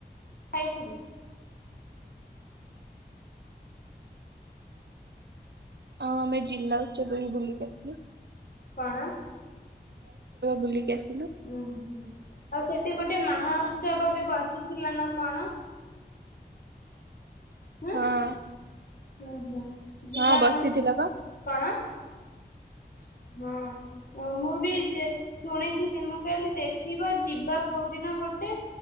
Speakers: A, on the left (about 60°); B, on the right (about 80°).
A: ଖାଇ ଥିଲୁ। <inaudible>
B: ହଁ ଆମେ ଜିଲ୍ଲା ଉତ୍ସବ ବି ବୁଲିକି ଆସଲୁ।
A: କଣ <inaudible>
B: ବୁଲିକି ଆସିଲୁ
A: ଉ ହୁଁ ଆଉ ସେଠି ଗୋଟେ ମହା ଉତ୍ସବ ବି ବସିଥିଲା ନା କ କଣ? ହୁଁ
B: ହଁ
A: <inaudible> ଉଁ ହୁଁ ଜିଲ୍ଲା
B: ହଁ ବସିଥିଲା
A: ନା
B: ପା
A: କଣ? <inaudible> ହଁ। ହଁ ମୁଁ ବି ଯେ ଶୁଣିଥିଲି ମୁଁ କହିଲି ଦେଖିବା ଯିବା। କୋଉ ଦିନ ଗୋଟେ